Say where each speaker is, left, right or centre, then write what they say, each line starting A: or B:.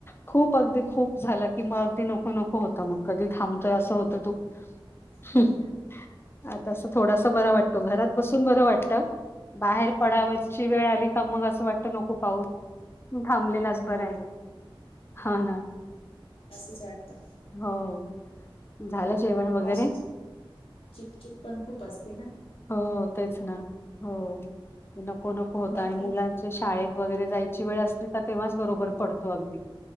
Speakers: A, on the left; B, on the left.
A: खूप अगदी खूप
B: हं.
A: झाला कि मग अगदी नको नको होतं मग कधी थांबतोय असं होतं तू हं
B: हो
A: हं
B: ना
A: आता अस थोडासा बरा वाटतो घरात बसून बर वाटत. बाहेर
B: हो
A: पडावची वेळ आली का मग असं वाटत नको पाऊस थांबलेलाच बरं
B: हो
A: आहे. हा ना.
B: असंच वाटतं.
A: हो झालं. जेवण वगैरे?
B: असच हाय चिकचिक पण खूप असते ना.
A: हो तेच ना हो नको नको होत
B: बाकी
A: आणि मुलां च्या शाळेत वगैरे जायची वेळ असते का तेव्हाच बरोबर पडतो अगदी